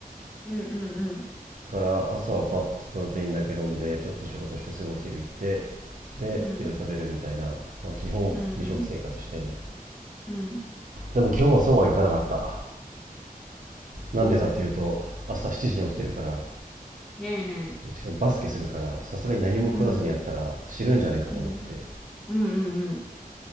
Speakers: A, in the centre; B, on the right.
A: うん、うん、うん。
B: から朝はパッとプロテインだけ飲んでちょっと仕事してすぐお昼行ってで夜食べるみたいな、
A: うん、
B: まあ、基本二食生活してんの、
A: うん、うん。うん
B: でも今日はそうはいかなかったなんでかっていうと朝7時に起きてるから
A: おう、早いね。
B: でしかもバスケするからさすがに何も食わずにやったら死ぬんじゃねえかと思って
A: うん、うん、うん、うん、うん。うん